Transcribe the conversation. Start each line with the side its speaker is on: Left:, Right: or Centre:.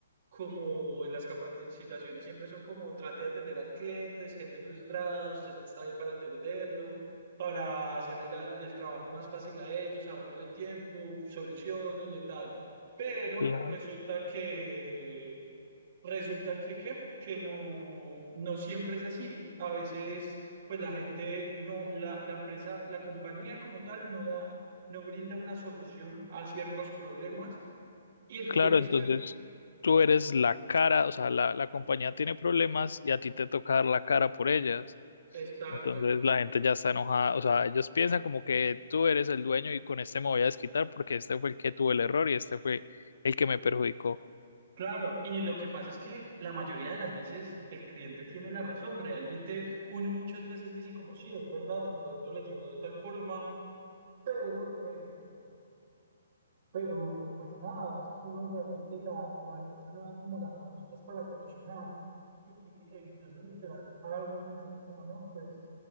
Right: como en las capacitaciones siempre son como trate de atender al cliente, es gente frustrada, usted está ahí para atenderlo, para hacerle la- el trabajo más fácil a ellos, ahorrarle el tiempo, soluciones y tal. Pero
Left: Claro,
Right: resulta que Resulta que, que, que no, no siempre es así. A veces, pues la gente no, la, la empresa, la compañía como tal no da, no brinda una solución a ciertos problemas y el
Left: claro,
Right: cliente
Left: entonces
Right: espera.
Left: tú eres la cara, o sea, la, la compañía tiene problemas y a ti te toca dar la cara por ellas.
Right: Exacto.
Left: Entonces la gente ya está enojada, o sea, ellos piensan como que tú eres el dueño y con este me voy a desquitar porque este fue el que tuvo el error y este fue el que me perjudicó.
Right: Claro, y lo que pasa es que la mayoría de las veces el cliente tiene la razón. Realmente uno muchas veces dice como sí, es verdad, el producto le llegó de tal forma, pero eh, Pero pues nada, a veces uno realmente la, la empresa no da como las herramientas para solucionar. Y, e incluso literal, a uno le enseñan como no, pues